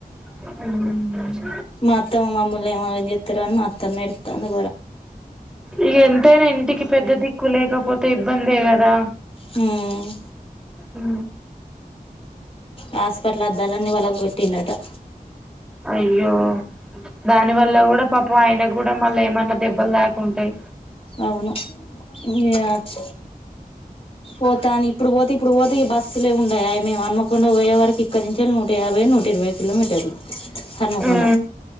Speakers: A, in the centre; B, on the left.
A: ఉ
B: మత్తా, మా మామోళ్ళు ఏమాగం చేత్తారో అని మత్తమ్మ ఏడుత్తంది.
A: ఇక ఎంతైనా ఇంటికి పెద్ద దిక్కు లేకపోతే ఇబ్బందే కదా
B: హ్మ్మ్
A: ఉ
B: హాస్పటల్ అద్దాలన్నీ పగల గొట్టిండంటా.
A: అయ్యో దాని వల్ల కూడా పాపం ఆయన కూడా మళ్ళా ఏమన్నా దెబ్బలు దాకుంటాయి
B: అవును ఇయాచ్ పోతాని ఇప్పుడు బోతే ఇప్పుడు బోతే ఇగ బస్సులే ఉం మేమనమకుండా పోయే వరకిక్కడి నుంచి నూట యాభై, నూట ఇరవై కిలోమీటర్లు. హర్మకొండ
A: ఉహు